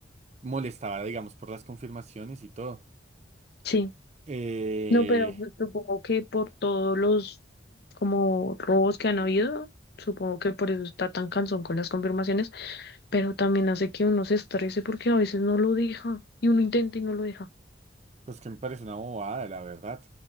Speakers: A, on the right (about 35°); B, on the left (about 55°).
A: molestaba, digamos, por las confirmaciones y todo.
B: sí.
A: Eh,
B: No, pero pues supongo que por todos los como robos que han habido, supongo que por eso está tan cansón con las confirmaciones, pero también hace que uno se estrese porque a veces no lo deja y uno intenta y no lo deja.
A: pues que me parece una bobada, la verdad.